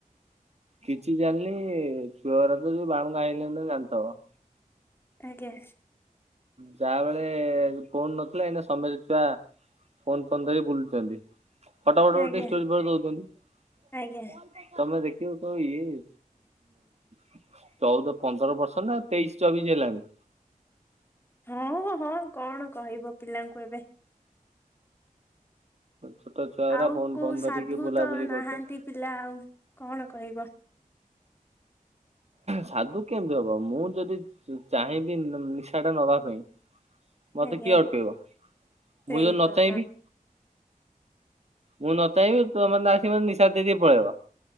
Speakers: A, on the right; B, on the left.
A: କିଛି ଜାଣିନି ଛୁଆଗୁରା ତ ଯୋଉ ବାଳୁଙ୍ଗା ହେଇଗଲେଣି ତମେ ଜାଣିଥିବ।
B: ଆଜ୍ଞା।
A: ଯାହା <unintelligible> ଫୋନ୍ ନଥିଲା ଏଇନା ସମସ୍ତେ ଛୁଆ ଫୋନ୍-ଫୋନ୍ ଧରି ବୁଲୁଚନ୍ତି ଫଟ-ଫଟ
B: ଆଜ୍ଞା
A: ଉଠେଇକି ଷ୍ଟୋରୀ ଫୋରି ଦଉଚନ୍ତି।
B: ଆଜ୍ଞା
A: ତମେ ଦେଖିବ କହିବ ଇଏ <unintelligible> ଚଉଦ ପନ୍ଦର ବର୍ଷ ନା ତେଇଶି ଚବିଶି ହେଲାଣି।
B: ହଁ-ହଁ କଣ କହିବ ପିଲାଙ୍କୁ ଏବେ।
A: ଛୋଟ ଛୁଆଗୁରା
B: ଆଉ
A: ଫୋନ୍-ଫୋନ୍
B: କୋଉ ସାଧୁ
A: ଧରିକି ବୁଲାବୁଲି
B: ତ ନାହାନ୍ତି
A: କରୁଚନ୍ତି।
B: ପିଲା ଆଉ କଣ କହିବ।
A: ସାଧୁ କେମ୍ତି ହବ ମୁଁ ଯଦି ଚାହିଁବି ନିଶାଟା ନବା ପାଇଁ ମତେ
B: ଆଜ୍ଞା
A: କିଏ ଅଟକେଇବ ମୁଁ
B: ସେଇ
A: ଯଦି ନ
B: ତ
A: ଚାହିଁବି
B: ହଁ
A: ମୁଁ ନ ଚାହିଁବି ତୁମେ ମାନେ ଆସିକି ମତେ ନିଶା ଦେଇ-ଦେଇ ପଳେଇବ।